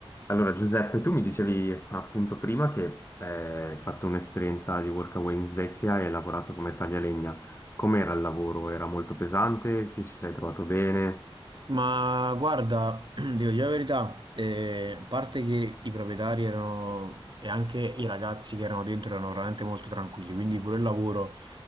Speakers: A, on the left (about 25°); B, on the right (about 50°).
A: Allora, Giuseppe, tu mi dicevi appunto prima che eh, hai fatto un'esperienza di workaway in Svezia e hai lavorato come taglialegna. Com'era il lavoro? Era molto pesante? Ti ci sei trovato bene?
B: Ma guarda, <clears throat> devo dire la verità, eh, a parte che i proprietari erano e anche i ragazzi che erano dentro erano veramente molto tranquilli, quindi pure il lavoro